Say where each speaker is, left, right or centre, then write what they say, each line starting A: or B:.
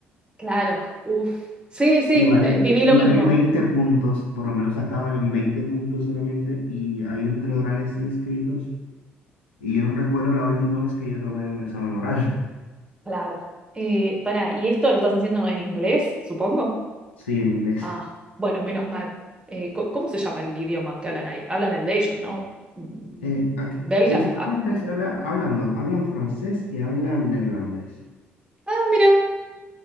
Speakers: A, on the right; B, on the left.
A: Claro, uff. Sí, sí,
B: Y valen,
A: eh, viví
B: y
A: lo
B: valen
A: mismo.
B: 20 puntos, por lo menos acá valen 20 puntos solamente, y hay entre orales y escritos. Y yo no recuerdo la última vez que yo tomé un examen oral. <laughs>
A: Claro. Eh, pará, ¿y esto lo estás haciendo en inglés, supongo?
B: Sí, en inglés.
A: Ah, bueno, menos mal. Eh, co- ¿cómo se llama el idioma que hablan ahí? Hablan el de ellos, ¿no? Mm,
B: Eh, aquí,
A: ¿Belga?
B: principalmente
A: Ah,
B: se habla, hablan, no, hablan francés y hablan neerlandés.
A: ah, mira,